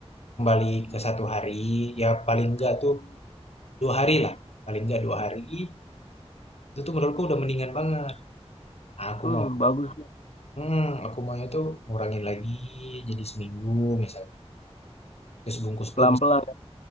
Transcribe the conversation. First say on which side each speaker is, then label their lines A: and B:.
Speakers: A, on the left (about 70°); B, on the left (about 85°).
A: kembali ke satu hari ya paling enggak tuh 2 hari lah, paling nggak 2 hari, itu tuh menurutku udah mendingan banget. Nah, Aku
B: Hmm,
A: mau
B: bagus.
A: hmm, aku maunya tuh ngurangin lagi jadi seminggu misalnya. Terus bungkus
B: Pelan-pelan.
A: tuh misalnya